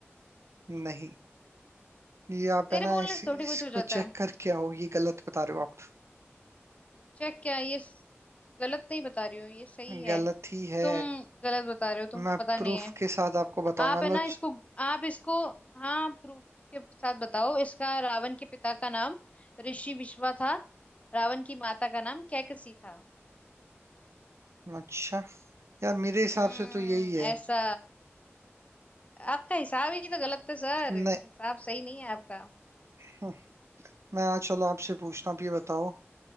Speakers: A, on the right; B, on the left.
A: नहीं ये आप
B: तेरे
A: है ना
B: बोलने
A: इस,
B: से
A: इसको
B: थोड़ी कुछ हो जाता
A: चेक
B: है
A: करके आओ ये गलत बता रहे हो आप
B: चेक क्या ये स- गलत नहीं बता रही हूँ ये सही है
A: गलत ही है
B: तुम गलत बता रहे हो तुमको
A: मैं
B: पता
A: प्रूफ
B: नहीं है
A: के साथ आपको बताऊंगा
B: आप है
A: लो
B: ना इसको आप इसको हाँ प्रूफ के साथ बताओ इसका रावण के पिता का नाम ऋषि विश्वा था रावण की माता का नाम कैकसी था
A: अच्छा यार मेरे हिसाब
B: हम्म
A: से तो यही है
B: ऐसा आपका हिसाब ही तो गलत है सर
A: नहीं
B: हिसाब सही नहीं है आपका
A: हम्म, मैं आज, चलो आपसे पूछता हूँ आप ये बताओ